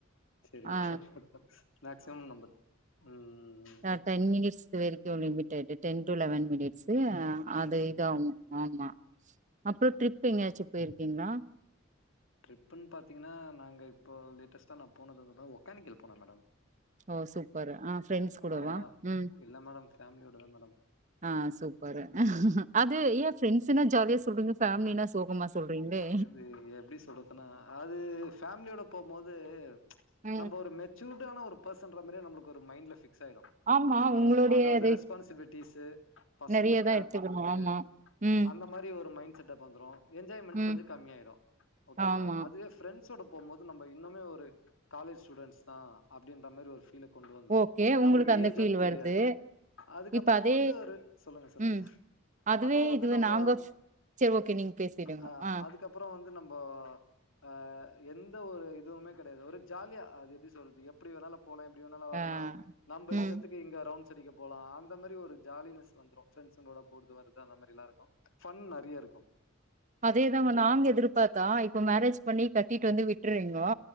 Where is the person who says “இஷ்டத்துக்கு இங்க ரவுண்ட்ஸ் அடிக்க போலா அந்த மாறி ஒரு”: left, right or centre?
Left